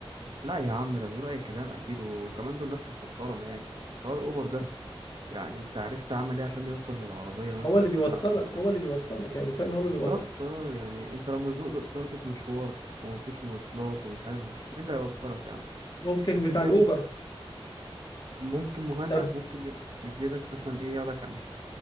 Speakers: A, on the right (about 55°); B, on the left (about 50°).
A: لا يا عم ده بيقولوا اي كلام اكيد وكمان دول ناس مش محترمه يعني بس سواق الاوبر ده يعني انت عرفت عمل ايه عشان يوصل للعربيه مثلا
B: هو
A: اللي
B: اللي بيوصلك
A: شغال عليها
B: هو اللي بيوصلك يعني كفايه ان هو اللي
A: بالظبط
B: بيوصل
A: اه يعني انت لو مزنوق دلوقتي في مشوار ومفيش مواصلات ومش عارف مفيش مين اللي هيوصلك يعني
B: ممكن
A: اكيد
B: بتاع
A: يعني
B: الاوبر
A: ممكن مهند
B: طب
A: ممكن يجي لك مثلا ايه ياخدك على- مش